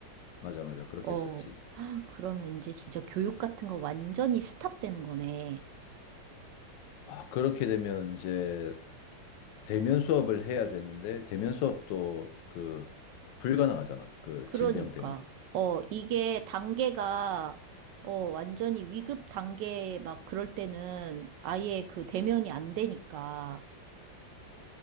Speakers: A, on the left; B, on the right.
A: 맞아, 맞아. 그렇게
B: 어,
A: 했었지.
B: <gasps> 헉, 그러면 이제 진짜 교육 같은 거 완전히 스탑되는 거네.
A: 아, 그렇게 되면 이제 대면 수업을 해야 되는데, 대면 수업도 그 불가능하잖아. 그
B: 그러니까,
A: 질병 때문에.
B: 어, 이게 단계가, 어, 완전히 위급 단계 막 그럴 때는 아예 그 대면이 안 되니까.